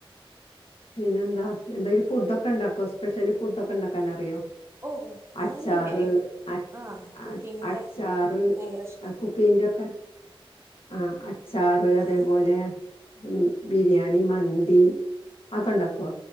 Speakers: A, on the left; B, on the right.
A: പിന്നന്താ എന്തേലും ഫുഡ്ഡൊക്കെണ്ടാക്കോ സ്പെഷ്യൽ ഫുഡ്ഡൊക്കണ്ടാക്കാനറിയോ.
B: ഓ
A: അച്ചാറ്
B: ഞാനേ
A: അ
B: ആഹ് കുക്കിങ്ങിന്റെ
A: അ അച്ചാറ്
B: ഭയങ്കര ഇഷ്ടാ
A: അ കു. പ്പീന്റൊക്കെ ആ അച്ചാറ് അതേപോലെ.
B: ആഹ്
A: ഉം ബിര്യാണി മന്തി. അക്കൊണ്ടാക്കോ.